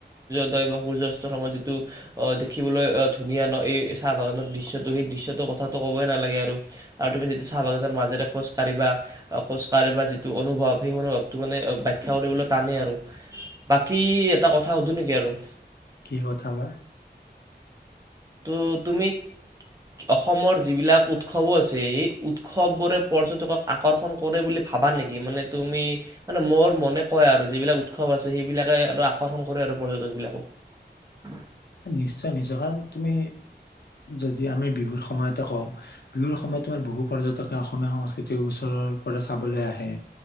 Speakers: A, on the right; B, on the left.
A: বা সূৰ্যয়াস্তৰ সময়ত যিটো অ দেখিবলৈ ধুনীয়া ন এই চাহ বাগানৰ দৃশ্য়টো সেই দৃশ্যটোকথাটো ক'বই নালাগে আৰু আৰু তুমি যতিয়া চাহ বাগানৰ মাজেৰে খোজ কঢ়িবা খোজ কঢ়িবা যিটো অনুভৱ সেই অনুভৱটো মানে ব্যখ্যা কৰিবলৈ টানেই আৰু বাকী এটা কথা সুধো নেকি আৰু
B: কি কথা বা
A: তো তুমি অসমৰ যিবিলাক উৎসৱো আছে স উৎসৱবোৰে পৰ্যটকক আকৰ্ষণ কৰে বুলি ভাবা নেকি মানে তুমি মানে মোৰ মনে কয় আৰু যিবিলাক উৎসৱ আছে সেইবিলাকে আৰু আকৰ্ষণ কৰে আৰু পৰ্যটক বিলাকক
B: নিশ্চয় নিশ্চয় কাৰণ তুমি যদি আমি বিহুৰ সময়তে কওঁ বিহুৰ সময়ত তোমাৰ বহু পৰ্যটকে অসমীয়া সংস্কৃতিৰ ওচৰৰ পৰা চাবলৈ আহে